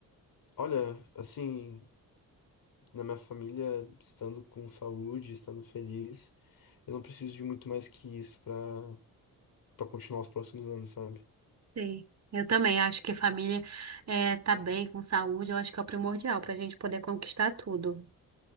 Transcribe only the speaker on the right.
Sei. Eu também acho que a família é, tá bem, com saúde, eu acho que é o primordial para a gente poder conquistar tudo.